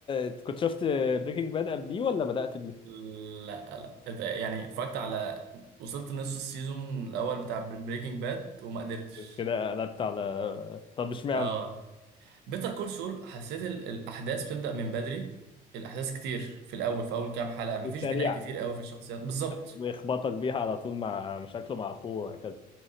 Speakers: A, on the left; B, on the right.
A: كنت شفت بريكنج باد قبليه ولا بدأت بيه؟
B: لا لا ده- يعني اتفرجت على وصلت نص السيزون الاول بتاع بريكنج باد وما قدرتش
A: كده قلبت على طب اشمعنى؟
B: اه بيتر كول سول حسيت ال- الاحداث بتبدأ من بدري الاحداث كتير في الاول في اول كام حلقة مفيش
A: وسريعا
B: بناء كتير قوي في الشخصيات بالظبط
A: ويخبطك بيها على طول مع مشاكله مع اخوه وهكذا